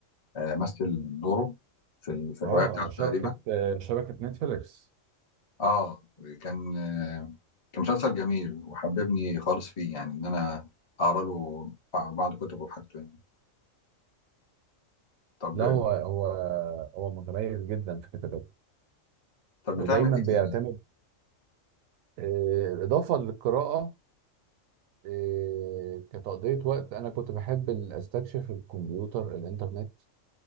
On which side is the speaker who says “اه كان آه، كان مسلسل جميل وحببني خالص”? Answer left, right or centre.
Left